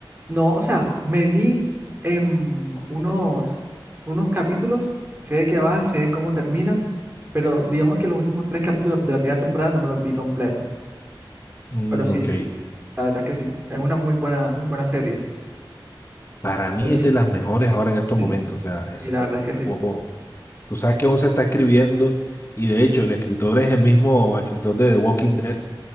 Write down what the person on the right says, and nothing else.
No, o sea, me vi en unos, unos capítulos, sé de qué va, sé cómo termina, pero digamos que los últimos tres capítulos de la primera temporada no me los vi completos.
Pero sí,
sí, la verdad es que sí. Es una muy buena, muy buena serie.
Buenísimo.
Sí,
y la
verdad es que sí.